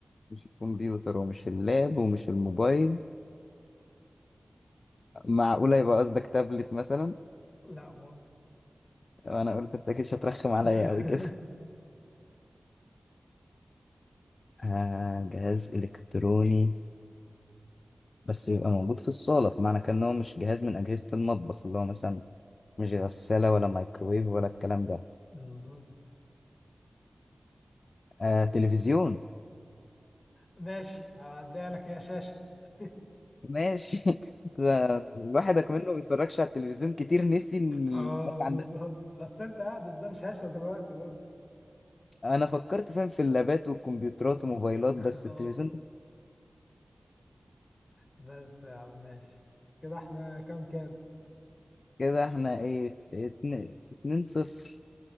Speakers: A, on the left; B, on the left.
A: مش الكمبيوتر ومش اللاب ومش الموبايل معقوله يبقى قصدك تابلت مثلا
B: لا برضه
A: انا قلت انت اكيد مش هترخم عليا
B: <laughs>
A: قوي كده <laughs> آه جهاز الكتروني بس يبقى موجود في الصاله فمعنى كان إن هو مش جهاز من اجهزه المطبخ اللي هو مثلا مش غساله ولا مايكرويف ولا الكلام ده
B: بالظبط
A: آه تلفزيون
B: ماشي هعديها لك يا شاشة <laughs>
A: ماشي <laughs> ده الواحد منه ما بيتفرجش على التلفزيون كتير نسي ان الناس
B: اه بالظبط
A: عندها
B: بس انت قاعد قدام شاشة دلوقتي برضه
A: انا فكرت فاهم في اللابات والكمبيوترات والموبايلات
B: <laughs>
A: بس التلفزيون
B: اه
A: ده
B: بس يا عم ماشي كده احنا كام كام
A: كده احنا ايه اتنين, اتنين صفر